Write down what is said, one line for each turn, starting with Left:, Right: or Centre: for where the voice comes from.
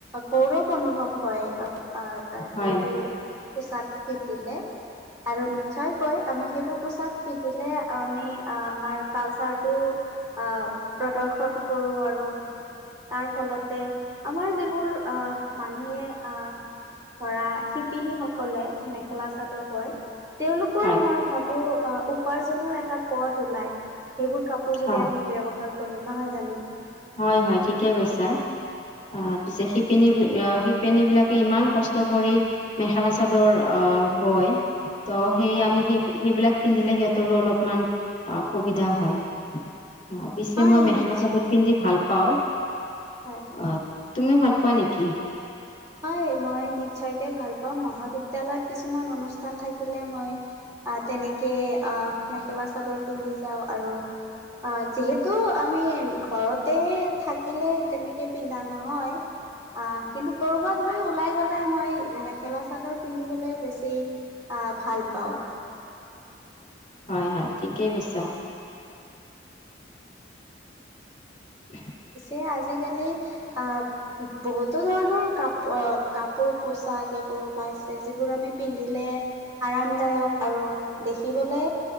Right: গৌৰৱ অনুভৱ হয়, অ, আ আ
Left: হয়
Right: সেইবোৰ
Left: হয়
Right: পোছাক পিন্ধিলে আৰু নিশ্চয়কৈ আমি সেইবোৰ পোছাক পিন্ধিলে, আমি আ আমাৰ কালচাৰটো আ প্ৰদৰ্শন কৰোঁ আৰু তাৰ ফলতে আমাৰ যিবোৰ আহ মানুহে আ ধৰা শিপিনী সকলে মেখেলা চাদৰ বয় তেওঁলোক
Left: হয়।
Right: মই ভাবো আ উপাৰ্জনৰ এটা পথ ওলাই এইবোৰ কাপোৰ যদি
Left: হয়
Right: আমি ব্যৱহাৰ কৰোঁ নহয় জানো
Left: হয় হয় ঠিকে কৈছা। অ পিছে শিপিনী বি অ শিপিনী বিলাকে ইমান কষ্ট কৰি মেখেলা চাদৰ অ বয়। ত সেই
Right: হয়
Left: আমি সেই সেইবিলাক পিন্ধিলে সিহঁতৰো অলপমান সুবিধা হয়। অ পিছে
Right: হয়
Left: মই মেখেলা
Right: নিশ্চয়
Left: চাদৰ পিন্ধি ভালপাওঁ
Right: হয়।
Left: আত তুমিও ভাল পোৱা নেকি?
Right: হয় মই নিশ্চয়কে ভাল পাওঁ, মহাবিদ্যালয়ত কিছুমান অনুষ্ঠান থাকিলে মই আহ, তেনেকে আহ, মেখেলা চাদৰ পিন্ধি যাওঁ আৰু আ, যিহেতু আমি ঘৰতে থাকিলে তেনেকে পিন্ধা নহয়। আহ, কিন্তু ক'ৰবাত লৈ ওলাই গ'লে মই মেখেলা চাদৰ পিন্ধিবলৈ বেছি আহ, ভাল পাওঁ।
Left: হয় হয়, ঠিকেই কৈছা। <inaudible>
Right: পিছে আজিকালি আহ বহুতো ধৰণৰ কাপ কাপোৰ পোচাক এইবোৰ ওলাইছে যিবোৰ আমি পিন্ধিলে আৰামদায়ক আৰু দেখিবলে